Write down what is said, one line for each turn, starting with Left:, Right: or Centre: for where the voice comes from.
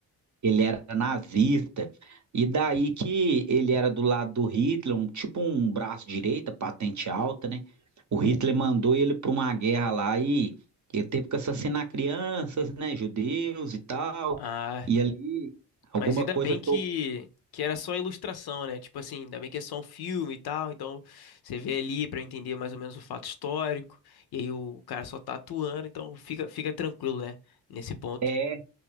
Right: ele era nazista, e daí que ele era do lado do Hitler, um, tipo um braço direito, patente alta, né? O Hitler mandou ele para uma guerra lá e ele teve que assassinar crianças, né, judeus e tal,
Left: Ah.
Right: e ali
Left: Mas
Right: alguma
Left: ainda
Right: coisa
Left: bem
Right: tocou,
Left: que, que era só ilustração, né? Tipo assim, ainda bem que é só um filme e tal. Então você vê ali pra entender mais ou menos o fato histórico. E aí o cara só tá atuando, então fica, fica tranquilo, né? Nesse ponto.
Right: É,